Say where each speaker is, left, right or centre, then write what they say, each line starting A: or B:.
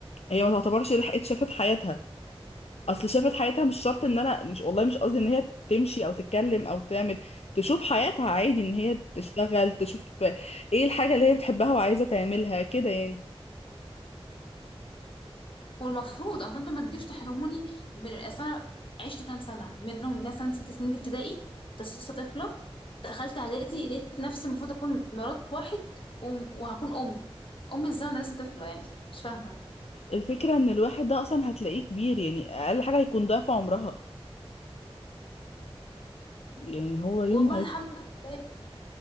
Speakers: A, on the left; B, on the left.
A: هي ما تعتبرش لحقت شافت حياتها أصل شافت حياتها مش شرط إن أنا مش والله مش قصدي إن هي تمشي أو تتكلم أو تعمل تشوف حياتها عادي إن هي تشتغل تشوف إيه الحاجة اللي هي بتحبها وعايزة تعملها كده يعني
B: والمفروض اصل انتوا ما تجيش تحرموني من اصل أنا عشت كام سنه منهم مثلا ست سنين ابتدائي كنت لسه طفله دخلت اعدادي لقيت نفسي المفروض اكون مرات واحد وم- وهكون ام امي ازاي وانا لسه طفله يعني مش فاهمه
A: الفكرة ان الواحد ده اصلا هتلاقيه كبير يعني اقل حاجة هيكون ضعف عمرها يعني هو يوم
B: والله
A: ما يك-
B: الحمد لله